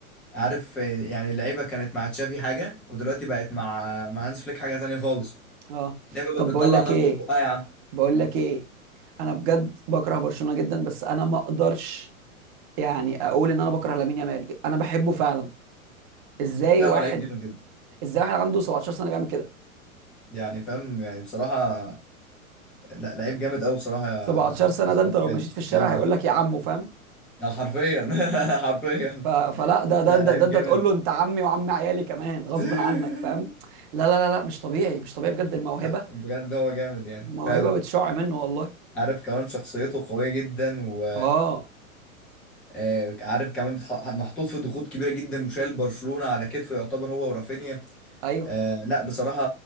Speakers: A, in the centre; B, on the right.
A: عارف آه، يعني اللعيبه كانت مع تشافي حاجه ودلوقتي بقت مع مع هانز فليك حاجه تانية خالص
B: اه
A: اللعيبه
B: طب
A: بقت
B: بقول
A: بتطلع
B: لك
A: نار
B: ايه
A: من بقها يا عم
B: بقول لك ايه انا بجد بكره برشلونه جدا بس انا ما اقدرش يعني اقول ان انا بكره لامين يامال انا بحبه فعلا ازاي
A: لا
B: واحد
A: هو لعيب جامد جدا
B: ازاي واحد عنده 17 سنه بيعمل كده
A: يعني فاهم يعني بصراحه لا لعيب جامد قوي بصراحه يا
B: 17 سنه
A: حسام،
B: ده انت
A: بجد
B: لو مشيت في الشارع
A: جامد قوي
B: هيقول لك يا عمو فاهم
A: يعني حرفيا <laughs> حرفيا
B: ف... فلا ده ده
A: لا
B: ده,
A: لعيب
B: ده انت
A: جامد
B: تقول له انت عمي وعم عيالي كمان غصب
A: <laughs>
B: عنك فاهم لا لا لا لا مش طبيعي مش طبيعي بجد الموهبه
A: لا بجد هو جامد يعني
B: الموهبه
A: فعلا
B: بتشع منه والله
A: عارف كمان شخصيته قوية جدا و
B: اه
A: آه، عارف كمان بتح... محطوط في ضغوط كبيرة جدا وشايل برشلونة على كتفه يعتبر هو ورافينيا
B: ايوه
A: آه لا بصراحة